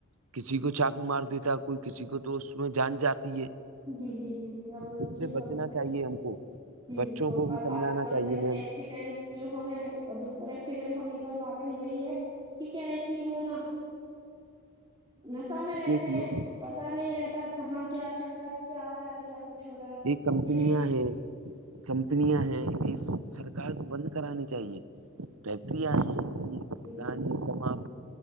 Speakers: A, on the right; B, on the right.
A: کسی کو چا مار دیتا ہے کوئی کسی کو تو اس میں جان جاتی ہے
B: جی جی جی جی آپھ
A: اس سے
B: یہ کرنا
A: بچنا چاہیے
B: جی
A: ہم کو بچوں
B: بالکل
A: کو بھی
B: اور
A: سمجھانا
B: آج کل
A: چاہیے
B: کا ایک
A: میم
B: ایکسیڈنٹ جو ہو رہے ہیں در ایکسیڈنٹ ہونے کا کارن یہی ہے کہ کیا ہے کہ وہ نا نشہ میں رہتے
A: دیکھیے
B: ہیں پتا نہیں رہتا کہاں کیا چل رہا ہے کیا آ رہا ہے کیا کچھ ہو رہا ہے
A: یہ کمپنیاں
B: کسی
A: ہیں کمپنیاں ہیں یہ سرکار کو بند کرانی چاہیے فیکٹری ہے
B: چیز جی جی
A: گ تمام